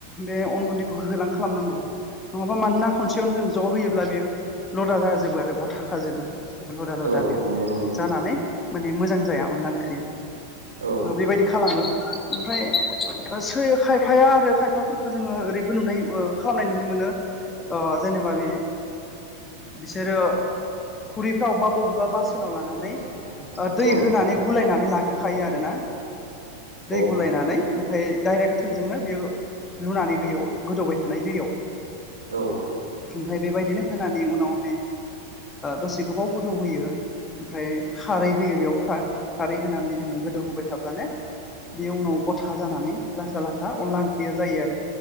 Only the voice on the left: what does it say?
बे अन गुन्दैखौ होहोलां खालामनांगौ। नङाबा मानोना खनसेयावनो जों ज' होयोब्ला बियो लदा जाजोबो आरो गथाखाजोबो। लदा
दा बियो
जानानै माने मोजां जाया अनला ओंख्रिया।
बेबायदि खालामो। ओमफ्राय सै खायफाया आरो खायफाफोरखौ जोङो ओरैबो नुनाय खालामनाय नुनो मोनो।
ओ जेनेबा बि बिसोरो खुरिफ्राव बा बबेबा बासोनाव लाना
दै होनानै गुलायनानै लाग्रोखायो आरोना। दै गुलायनानै
ओमफफ्राय डाइरेक्ट थोंजोंनो बेयो लुनानै होयो गोदौबाय थानाय दैयाव।
ओमफफ्राय बेबायदिनो होनानै उनावहाय दसे गोबाव गोदौ होयो ओमफ्राय खारै होयो बेयाव खारै होनानै जोङो गोदौ होबाय थाब्लानो बे उनाव गथा जानानै लाथा लाथा अनला ओंख्रिया जायो आरो